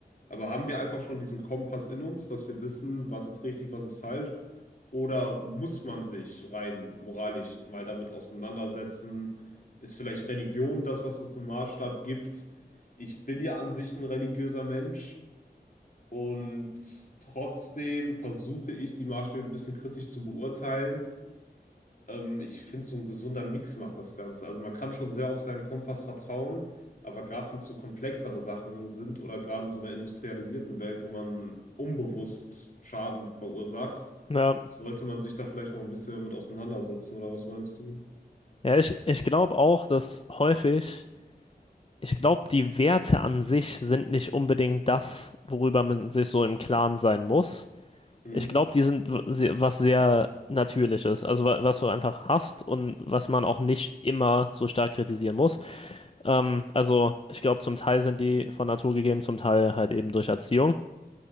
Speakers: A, on the left; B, on the left.
A: aber haben wir einfach schon diesen Kompass in uns, dass wir wissen, was ist richtig, was ist falsch? Oder muss man sich rein moralisch mal damit auseinandersetzen? Ist vielleicht Religion das, was uns einen Maßstab gibt? Ich bin ja an sich ein religiöser Mensch und trotzdem versuche ich, die Maßstäbe ein bisschen kritisch zu beurteilen. Ähm, ich finde, so ein gesunder Mix macht das Ganze. Also man kann schon sehr auf seinen Kompass vertrauen, aber gerade wenn es so komplexere Sachen sind oder gerade in so einer industrialisierten Welt, wo man unbewusst Schaden verursacht,
B: ja.
A: sollte man sich da vielleicht mal ein bisschen mit auseinandersetzen, oder was meinst du?
B: Ja, ich, ich glaube auch, dass häufig, ich glaube, die Werte an sich sind nicht unbedingt das, worüber man sich so im Klaren sein muss,
A: Mhm.
B: Ich glaube, die sind w- se- was sehr Natürliches, also wa- was du einfach hast und was man auch nicht immer so stark kritisieren muss. Ähm, also ich glaube, zum Teil sind die von Natur gegeben, zum Teil halt eben durch Erziehung.